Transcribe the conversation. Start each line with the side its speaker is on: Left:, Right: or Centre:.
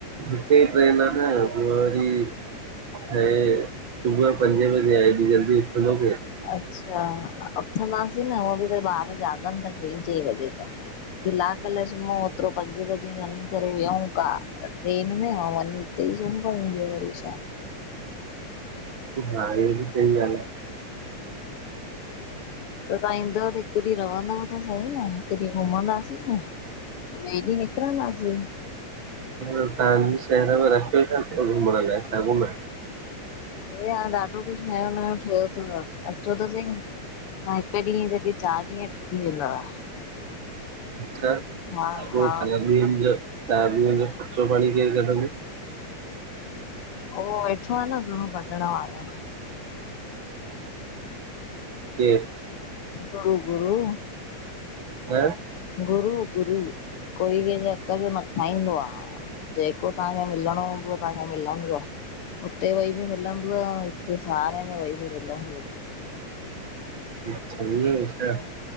Right: हिकई ट्रेन आ न ब्यो वरी हे सुबुअ ॼो पंॼे बॼे आ हेॾी जल्दीं उथंदो केर?
Left: अच्छा उथंदासीं न हुंअ ॿि त ॿार जाॻनि ता ट्रीं चईं बजे ताईं। किलाक लाए सुम्हंउं ओतिरो पंजे ॿजे वंञीं करे वेहियंउ कार ट्रेन में हा वंञीं उतई सुम पयुं ॿियो वरी छा
Right: हा इह्यो ॿि सही आ न।
Left: त तहां ईंदव त हिकु ॾींहु रहंदव त सहीं न हिकु ॾींहु घुमंदासीं न पो ॿिये ॾींह निकिरंदासीं
Right: तहांजे शहर में रखियो छा थव घुमंण लाए, छा घुमा?
Left: अरे हांणें ॾाढो कुछु नयो -नयों ठहियो तव अचो त संईं तहां हिक ॾींहं जॻहिं चारि ॾींहं टिकी वेंदव
Right: अचछा
Left: हा
Right: पोइ
Left: हा
Right: तलर बि जो <unintelligible> चार ॾींहनि जो ख़र्चो पांणीं केरु कढंदो?
Left: उहो वेठो आ न गुरु कढंण वारो
Right: केरु?
Left: कुलगुरू
Right: त
Left: गुरू -गुरू कोई केंॼे हक जो न खांईंदो आ जेको तहांखे मिलणों हुंदुव तहांखे मिलंदुव हुते वेही ॿि मिलंदुव अंऊं हिते सावरे में वेही ॿि मिलंदुव
Right: अच्छा, ईंञ्हें छा?